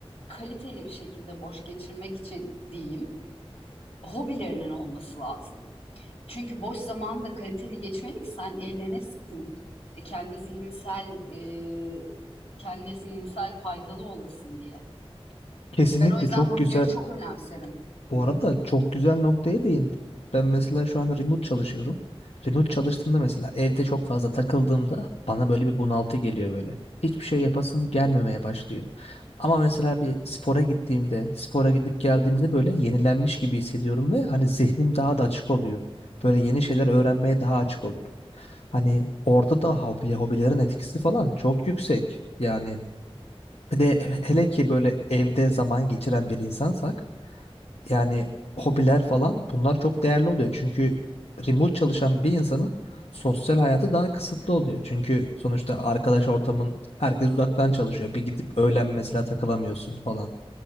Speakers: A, on the left; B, on the left.
A: kaliteli bir şekilde boş geçirmek için diyeyim hobilerinin olması lazım. Çünkü boş zamanı da kaliteli geçmeli ki sen eğlenesin. E, kendi zihinsel e, kendine zihinsel faydalı olasın diye.
B: Kesinlikle
A: Ben o yüzden
B: çok
A: hobileri
B: güzel
A: çok önemserim. Hı
B: Bu
A: hı.
B: arada çok güzel noktaya değindin. Ben mesela şu an remote çalışıyorum. Remote çalıştığımda mesela evde çok fazla takıldığımda bana böyle bir bunaltı geliyor böyle. Hiçbir şey yapasım gelmemeye başlıyor. Ama mesela bir spora gittiğimde, spora gidip geldiğimde böyle yenilenmiş gibi hissediyorum ve hani zihnim daha da açık oluyor. Böyle yeni şeyler öğrenmeye daha açık oluyorum. Hani orada da hobi, hobilerin etkisi falan çok yüksek. Yani bir de hele ki böyle evde zaman geçiren bir insansak yani hobiler falan bunlar çok değerli oluyor. Çünkü remote çalışan bir insanın sosyal hayatı daha kısıtlı oluyor. Çünkü sonuçta arkadaş ortamın herkes uzaktan çalışıyor. Bir gidip öğlen mesela takılamıyorsun falan.